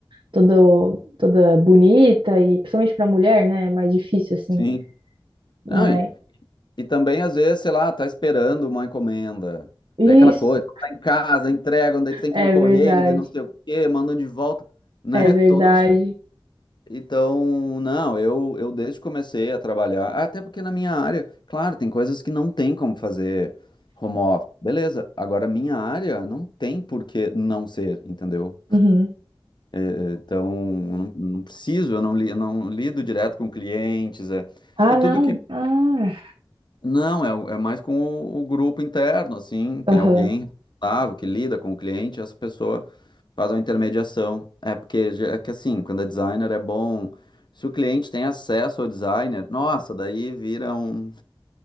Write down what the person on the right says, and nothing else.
todo, toda bonita, e principalmente pra mulher, né? É mais difícil, assim.
Mas
isso
é
verdade,
é verdade.
Uhum.
Ah,
não.
Ah,
aham,